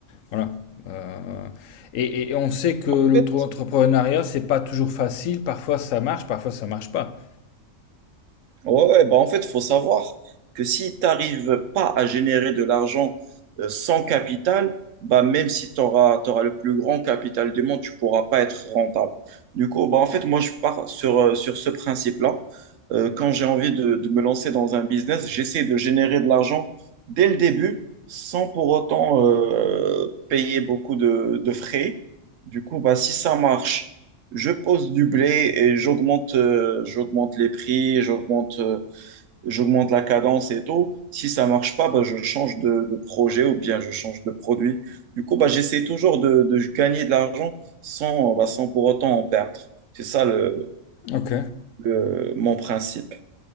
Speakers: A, on the left; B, on the right.
A: voilà. Euh, et, et on sait que l'auto-entrepreneuriat,
B: En fait,
A: c'est pas toujours facile. Parfois ça marche, parfois ça marche pas.
B: Ouais, ouais, bah en fait, il faut savoir que si tu n'arrives pas à générer de l'argent euh, sans capital, bah même si tu auras, le plus grand capital du monde, tu pourras pas être rentable. Du coup, bah en fait, moi, je pars sur, euh, sur ce principe-là. Euh, quand j'ai envie de, de me lancer dans un business, j'essaie de générer de l'argent dès le début sans pour autant euh, payer beaucoup de, de frais. Du coup, bah, si ça marche je pose du blé et j'augmente euh, j'augmente les prix, j'augmente euh, j'augmente la cadence et tout. Si ça marche pas, bah, je change de, de projet ou bien je change de produit. Du coup, bah, j'essaie toujours de, de gagner de l'argent sans, euh, bah, sans pour autant en perdre. C'est ça le,
A: Ok,
B: le- mon principe.